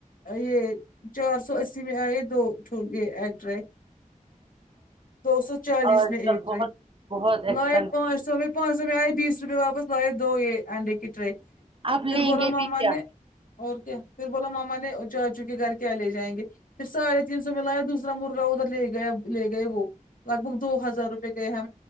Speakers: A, on the left; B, on the right.
A: یہ چار سو اسی میں آئے دو یچھوٹے ایک ڈرائیک دو سو چالیس
B: آج
A: میں ایک
B: کل
A: تھے
B: بہت بہت ایکسپینسو
A: لائے پانچ سو میں پانچ سو میں آئے بیس روپئے واپس لائے دو یہ انڈے کی ٹرے
B: اب
A: پھر
B: لیں
A: بولا
B: گے
A: ماما
B: بھی کیا
A: نے اور کیا پھر بولا ماما نے چاچو کے گھر کیا لے جائیں گے پھر ساڈے تین سو میں لایا دوس را مرغا ادھر لے گیا لے گئے وہ لگے مطلب دو ہزار روپئے گئے ہیں